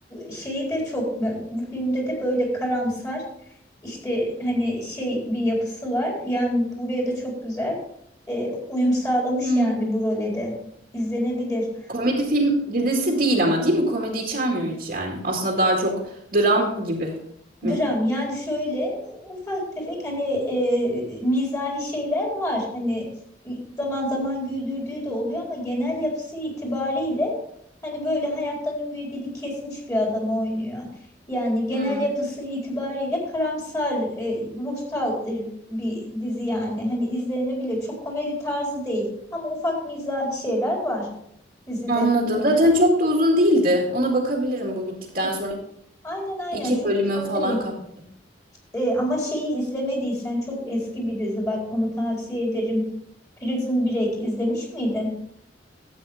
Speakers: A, on the left (about 20°); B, on the right (about 55°).
A: şeyi de çok bu filmde de böyle karamsar işte hani şey bir yapısı var. Yani buraya da çok güzel e, uyum sağlamış
B: Hmm.
A: yani bu role de izlenebilir.
B: Komedi film dizisi değil ama değil mi? Komedi içermiyor hiç yani. Aslında daha çok dram gibi mi?
A: Dram yani şöyle ufak tefek hani e, mizahi şeyler var. Hani zaman zaman güldürdüğü de oluyor ama genel yapısı itibariyle hani böyle hayattan ümidini kesmiş bir adam oynuyor. Yani genel
B: Hmm.
A: yapısı itibariyle karamsar, e, ruhsal e, bir dizi yani. Hani izlenebilir. Çok komedi tarzı değil ama ufak mizahi şeyler var dizide.
B: Anladım. Zaten çok da uzun değildi. Ona bakabilirim bu bittikten
A: Ö-
B: sonra.
A: Aynen aynen
B: İki
A: çok
B: bölümün
A: uzun
B: falan
A: değil.
B: kaldı.
A: E, ama şeyi izlemediysen çok eski bir dizi bak onu tavsiye ederim. Prison Break izlemiş miydin?